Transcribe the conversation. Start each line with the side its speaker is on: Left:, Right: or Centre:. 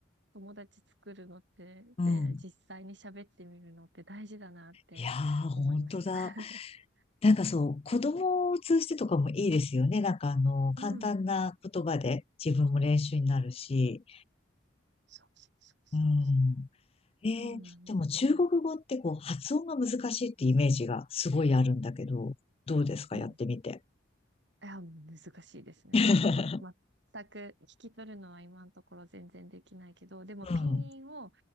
Right: 友達作るのって、
Left: うん。
Right: で、実際に喋ってみるのって大事だなって思いました。
Left: いやー、本当だ。
Right: <laughs>
Left: なんかそう、子供を通してとかもいいですよね。なんかあの、
Right: うん
Left: 簡単な言葉で自分も練習になるし。
Right: そうそうそうそう。
Left: うん。ええでも中国語ってこう発音が難しいってイメージがすごいあるんだけど、
Right: そうなんですよ。
Left: どうですかやってみて。
Right: うん。いや、難しいですね。
Left: <laughs>
Right: もう、全く聞き取るのは今のところ全然できないけど、でもピンインを
Left: うん。